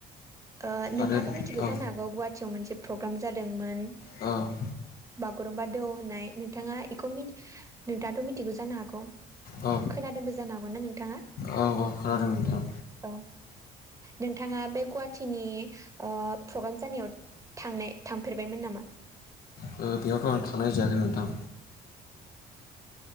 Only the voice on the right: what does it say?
ओ नोंथाङाथ'
मिथिखौ
जानो हागौ गुवाहाटियाव मोनसे प्रग्राम जादोंमोन
बागुरुम्बा दौ होननाय नोंथाङा बेखौ नोंथाङाथ' मिथिगौ जानो हागौ
खोनादोंबो जानो हागौ ना नोंथाङा
औ नोंथाङा बे गुवाहाटिनि ओ प्रग्राम जानायाव थांनाय थांफेरबायमोन नामा